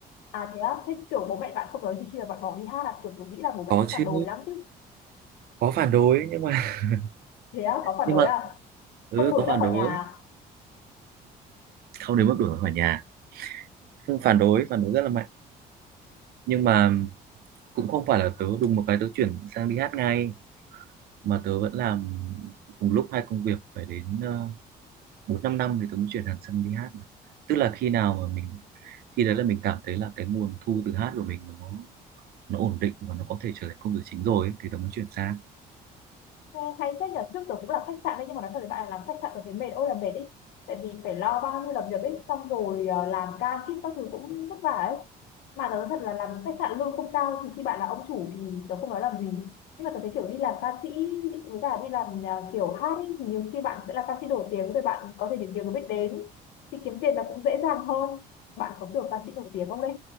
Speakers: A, on the left (about 80°); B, on the right (about 65°).
A: À thế á, thế kiểu bố mẹ bạn không nói gì khi mà bạn bỏ đi hát à, kiểu tôi nghĩ là bố mẹ
B: có
A: sẽ
B: chứ
A: phản đối lắm chứ.
B: có phản đối nhưng mà <laughs>
A: Thế á, có phản
B: nhưng
A: đối
B: mà
A: à?
B: ừ,
A: Không đuổi
B: có phản
A: ra khỏi
B: đối
A: nhà à?
B: không đến mức đuổi ra khỏi nhà Phương phản đối phản đối rất là mạnh nhưng mà cũng không phải là tớ đùng một cái tớ chuyển sang đi hát ngay mà tớ vẫn làm cùng lúc hai công việc phải đến ờ, bốn năm năm thì tớ mới chuyển hẳn sang đi hát mà. tức là khi nào mà mình khi đấy là mình cảm thấy là cái nguồn thu từ hát của mình nó nó ổn định và nó có thể trở thành công việc chính rồi ấy, thì tớ mới chuyển sang
A: Ừ, hay phết nhờ trước tớ cũng làm khách sạn đấy nhưng mà nói thật với bạn là làm khách sạn tớ thấy mệt ôi là mệt ý. Tại vì phải lo bao nhiêu làm việc ấy, xong rồi ờ, làm ca kíp các thứ cũng vất vả ấy. Mà tớ nói thật là làm khách sạn lương không cao trừ khi bạn là ông chủ thì tớ không nói làm gì. Nhưng mà tớ thấy kiểu đi làm ca sĩ với cả đi làm ờ, kiểu hát ấy thì nhiều khi bạn sẽ là ca sĩ nổi tiếng rồi bạn có thể được nhiều người biết đến thì kiếm tiền nó cũng dễ dàng hơn. Bạn có kiểu ca sĩ nổi tiếng không đấy?